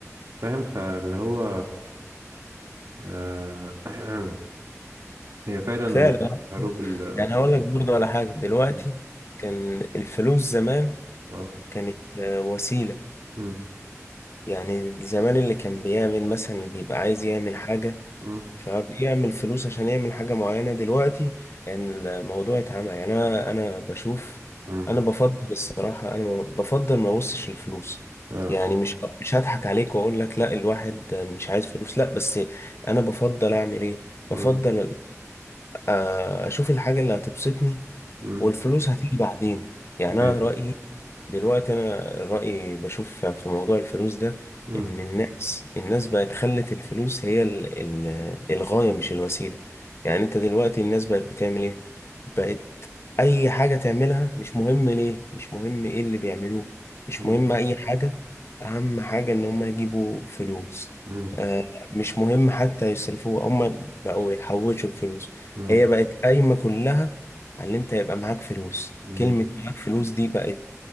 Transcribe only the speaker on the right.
فاهم فاللي هو آه، <clears throat> هي فعلا
حروب ال
م-
اه
م-
م-
م-
اه
م-
م-
ايوه
م-
م-
م-
م-
م-